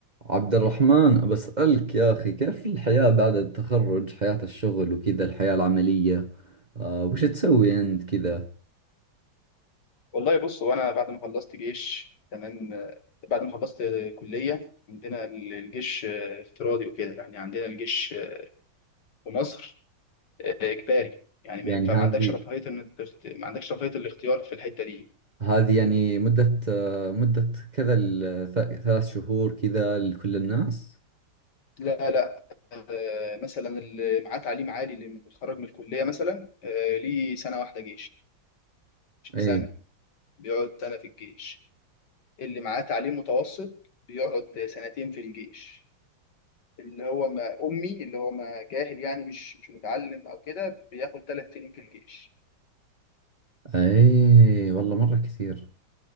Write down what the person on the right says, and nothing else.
عبد الرحمن بسألك يا أخي كيف الحياة بعد التخرج حياة الشغل وكذا الحياة العملية آه وش تسوي أنت كذا
يعني
هذه
هذه يعني مدة آه مدة كذا ال- ث- ثلاث شهور كذا لكل الناس
إيه
إيه والله مرة كثير